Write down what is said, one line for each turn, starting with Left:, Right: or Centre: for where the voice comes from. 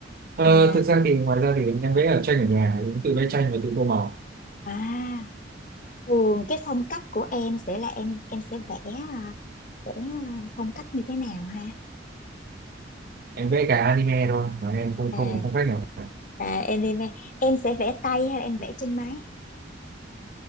Right: ờ,
Left: à,
Right: thực ra thì ngoài ra thì em vẽ ở tranh ở nhà cũng tự vẽ tranh và tự tô màu
Left: à thường cái phong cách của em sẽ là em em sẽ vẽ à, vẽ à, phong cách như thế nào ha
Right: em vẽ cả anime thôi mà em không
Left: à,
Right: không không phép nào cả
Left: à em đi nghe em sẽ vẽ tay hay là em vẽ trên máy